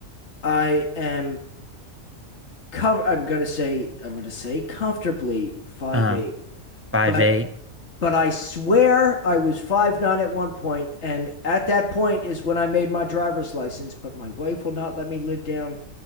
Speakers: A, on the left; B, on the right.
A: I am com I'm gonna say I'm gonna say comfortably five
B: Uh,
A: eight.
B: five
A: But
B: eight.
A: but I swear I was five nine at one point, and at that point is when I made my driver's license, but my wife will not let me live down